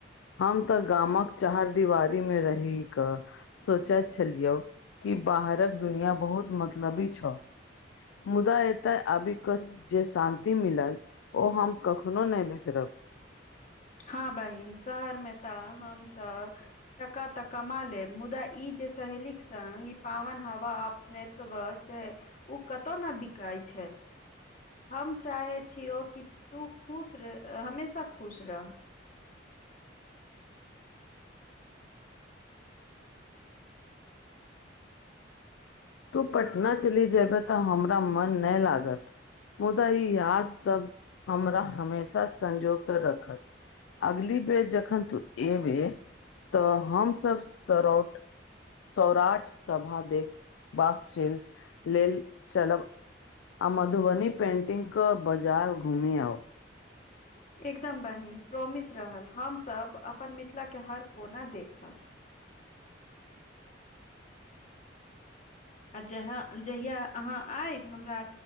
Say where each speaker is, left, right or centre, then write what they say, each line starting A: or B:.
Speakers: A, on the left; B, on the left.
A: हम तऽ गामक चरदिवारीमे रहि कऽ सोचैत छलियै कि बाहरक दुनिया बहुत मतलबी छ <inaudible> मुदा तऽ अबी के जे शान्ति मिलल ओ हम कखनो नहि बिसरब
B: हँ बहिन शहरमे तऽ हम सब टाका तऽ कमा लेब मुदा ई जे सहेलीक संग ई पावन हवा अप <unintelligible> ओ कतौ ने बिकाय छै हम चाहे छियौ कि तू खुश रह हमेशा खुश रह
A: तू पटना चलि जेयबह तऽ हमरा मन नहि लागत मुदा ई याद सब हमरा हमेशा संजो केँ रखत अगली बेर जखन तू एबे तऽ हमस सरउट सौराठ सभा देखबाक च लेल चलब आ मधुबनी पेन्टिंग केँ बाजार घुमि आउ
B: एकदम बहिन प्रोमिस रहल हमसभ अपन मिथिला केँ हर कोना देखब आ जहाँ जहिया अहाँ आईब हमरा